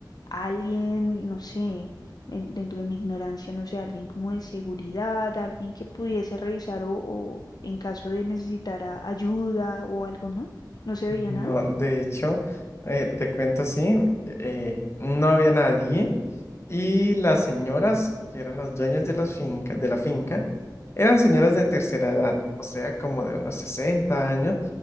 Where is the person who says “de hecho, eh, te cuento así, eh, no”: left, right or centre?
Left